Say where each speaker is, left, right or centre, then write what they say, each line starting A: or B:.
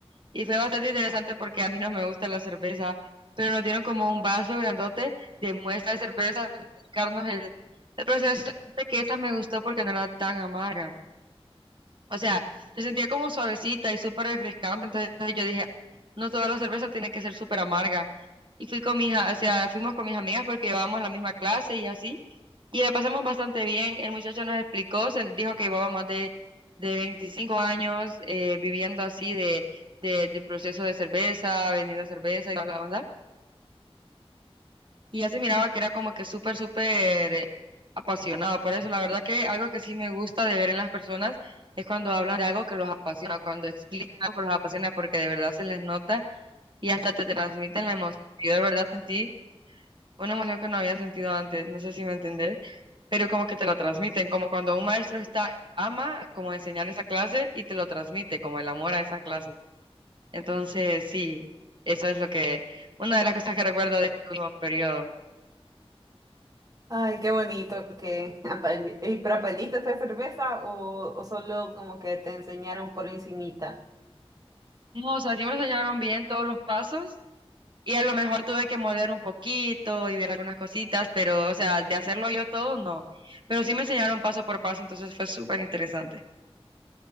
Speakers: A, on the right; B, on the right.
A: y fue bastante interesante porque a mí no me gusta la cerveza, pero nos dieron como un vaso grandote de muestra de cerveza para explicarnos el, el proceso y fíjate que esa me gustó porque no era tan amarga. O sea, se sentía como suavecita y súper refrescante. Entonces yo dije, no toda la cerveza tiene que ser súper amarga. Y fui con mis, a- o sea, fuimos con mis amigas porque llevábamos la misma clase y así. Y la pasamos bastante bien. El muchacho nos explicó, se dijo que llevaba más de, de 25 años eh, viviendo así de, de, de proceso de cerveza, vendiendo cerveza y toda la onda. Y ya se miraba que era como que súper, súper eh, apasionado por eso. La verdad que algo que sí me gusta de ver en las personas es cuando hablan de algo que los apasiona, cuando explican algo que los apasiona, porque de verdad se les nota y hasta te transmiten la emoción. Yo de verdad sentí una emoción que no había sentido antes, no sé si me entendés, pero como que te lo transmiten, como cuando un maestro está, ama como enseñar esa clase y te lo transmite, como el amor a esa clase. Entonces, sí, eso es lo que, una de las cosas que recuerdo de este último periodo.
B: Ay, qué bonito que aprendi- eh, ¿Pero aprendiste a hacer cerveza o, o solo como que te enseñaron por encimita?
A: No, o sea, sí me enseñaron bien todos los pasos y a lo mejor tuve que moler un poquito y ver algunas cositas, pero, o sea, de hacerlo yo todo, no. Pero sí me enseñaron paso por paso, entonces fue súper interesante.